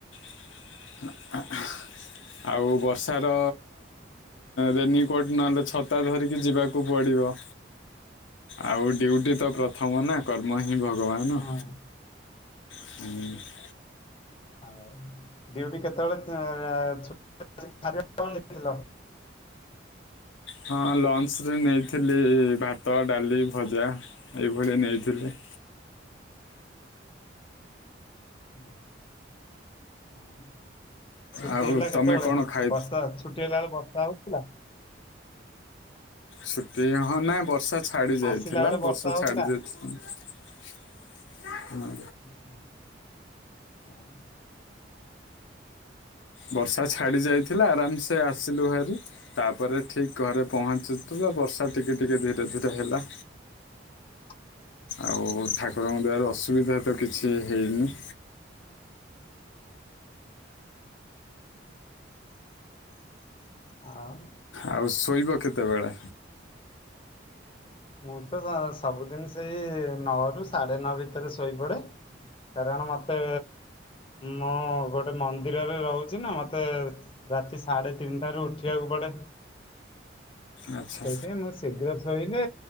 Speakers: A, on the left; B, on the left.
A: <unintelligible> ଆଉ ବର୍ଷାର ରେନିକୋଟ୍ ନହେଲେ ଛତା ଧରିକି ଯିବାକୁ ପଡ଼ିବ।
B: <unintelligible>
A: ଆଉ ଡ୍ୟୁଟି ତ ପ୍ରଥମ ନା କର୍ମ ହିଁ ଭଗବାନ।
B: ହଁ
A: ଆଉ।
B: ଆଉ ଡ୍ୟୁଟି କେତେବେଳେ ତା ଛୁ। ଖା ଆରେ। କଣ ନେଇଥିଲ।
A: ହଁ ଲଞ୍ଚ ରେ ନେଇଥିଲି ଭାତ, ଡାଲି, ଭଜା। ଏଇଭଳିଆ ନେଇଥିଲେ।
B: ହୁଁ ହଁ। ଛୁଟି
A: ଆଉ
B: ହେଲା କେତେବେଳେ
A: ତମେ କ'ଣ ଖାଇ
B: ବର୍ଷା ଛୁଟି ହେଲା ବେଳେ ବର୍ଷା ହଉଥିଲା।
A: ଛୁଟି ହଁ ନା ବର୍ଷା ଛାଡି ଯାଇଥିଲା
B: ଆସିଲା ବେଳେ
A: ବର୍ଷା
B: ହଉଥିଲା
A: ଛାଡି ଯାଇଛି। <inaudible> ହୁଁ।
B: ଓ ହ ହଁ
A: ବର୍ଷା
B: ସେ-
A: ଛାଡି ଯାଇଥିଲା ଆରାମସେ ଆସିଲୁ ଭାରି। ତାପରେ ଠିକ ଘରେ ପହଞ୍ଚୁ ବର୍ଷା ଟିକେ ଟିକେ ଧୀରେ ଧୀରେ ହେଲା।
B: <unintelligible>
A: ଆଉ ଠାକୁରଙ୍କ ଦ୍ଵାରୁ ଅସୁବିଧା ତ କିଛି ହେଇନି।
B: <unintelligible> ଆଁ।
A: ଆଉ ଶୋଇବ କେତେବେଳେ।
B: <unintelligible> ମୁଁ ତ ସବୁଦିନ ସେଇ ନଅ ରୁ ସାଢେ ନଅ ଭିତରେ ଶୋଇପଡେ। କାରଣ ମତେ ମୁଁ ଗୋଟେ ମନ୍ଦିରରେ ରହୁଛି ନା ମତେ। ରାତି ସାଢେ ତିନିଟାରୁ ଉଠିବାକୁ ପଡେ
A: ଆଚ୍ଛା
B: ସେଇଥିପାଇଁ ମୁଁ ଶୀଘ୍ର ଶୋଇଲେ